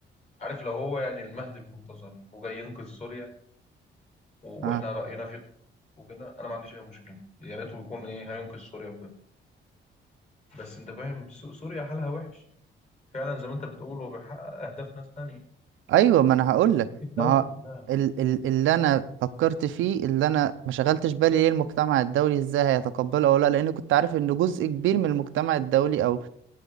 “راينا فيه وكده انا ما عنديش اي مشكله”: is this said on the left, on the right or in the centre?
Left